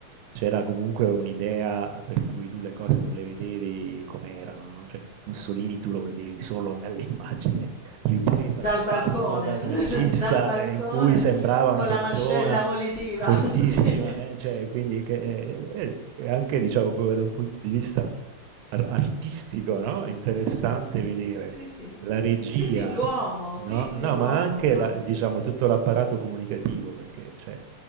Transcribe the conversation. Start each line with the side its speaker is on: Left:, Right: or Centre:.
Right: C'era comunque un'idea per cui tu le cose non le vedevi come erano, no? Cioè, Mussolini tu lo vedevi solo nell'immagine ripresa
Left: Dal
Right: dal
Left: balcone,
Right: basso, dal
Left: <laughs>
Right: regista,
Left: dal balcone
Right: eh, in cui sembrava
Left: con
Right: una persona
Left: la mascella volitiva.
Right: fortissima,
Left: <laughs> Sì,
Right: eh, cioè, quindi che, eh, eh, anche diciamo proprio da un punto di vista ar- artistico, no? Interessante vedere
Left: sì, sì.
Right: la regia,
Left: Sì, sì, l'uomo, sì,
Right: no?
Left: sì,
Right: No,
Left: l'uomo
Right: ma anche
Left: proprio.
Right: la- diciamo tutto l'apparato comunicativo, perché cioè,